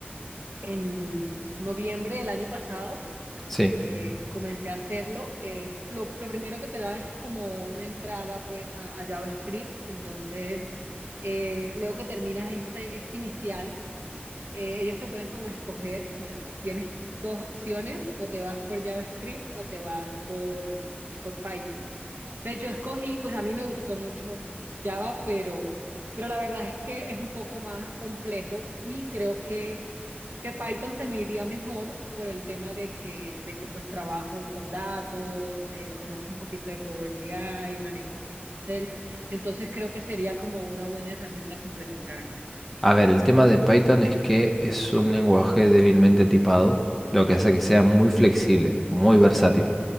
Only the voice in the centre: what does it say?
sí.
A ver, el tema de Python es que es un lenguaje débilmente tipado, lo que hace que sea muy flexible, muy versátil.